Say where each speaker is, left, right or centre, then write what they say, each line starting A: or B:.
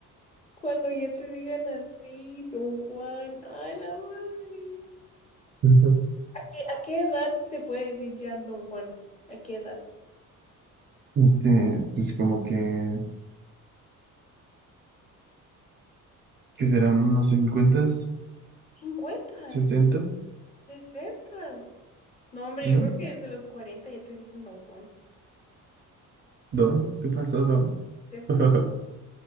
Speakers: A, on the left; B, on the right.
A: cuando ya te digan así, Don Juan, a la madre.
B: <laughs> Ujú.
A: ¿A qué, a qué edad se puede decir ya Don Juan? ¿A qué edad?
B: Este, pues como que, que serán unos 50
A: ¿Cincuentas?
B: 60,
A: ¿Sesentas? No, hombre,
B: ¿no?
A: yo creo que desde los 40 ya te dicen Don Juan.
B: Don, ¿qué pasó, don?
A: ¿Sepas?
B: <laughs>